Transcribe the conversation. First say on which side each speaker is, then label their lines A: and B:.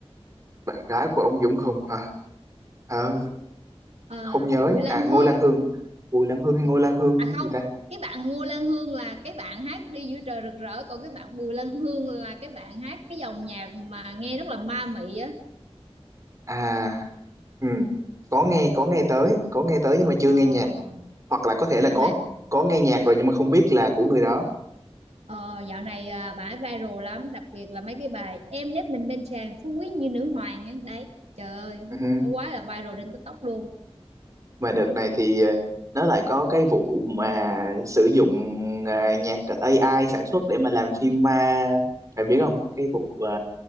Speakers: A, on the right; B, on the right.
A: bạn gái của ông Dũng Khùng hả à,
B: à,
A: không nhớ
B: Bùi
A: nha
B: Lan
A: à
B: Hương
A: Ngô Lan Hương Bùi Lan Hương hay
B: Ngô-
A: Ngô Lan Hương
B: à
A: hay
B: không
A: gì ta
B: cái bạn Ngô Lan Hương là cái bạn hát đi giữa trời rực rỡ còn cái bạn Bùi Lan Hương là cái bạn hát cái dòng nhạc mà nghe rất là ma mị á
A: à ừ có nghe có nghe tới có nghe tới nhưng mà chưa
B: ờ,
A: nghe nhạc hoặc là có thể là
B: dạo
A: có
B: này
A: có nghe nhạc rồi nhưng mà không biết là của người đó
B: ờ, dạo này à, bà ấy viral lắm đặc biệt là mấy cái bài em nép mình bên chàng phú quý như nữ hoàng ấy. đấy trời ơi
A: Ừ.
B: nó quá là viral trên TikTok luôn
A: Mà đợt này thì ờ, nó lại có cái vụ mà sử dụng ờ, nhạc AI sản xuất để mà làm phim ma bạn biết không cái vụ ờ,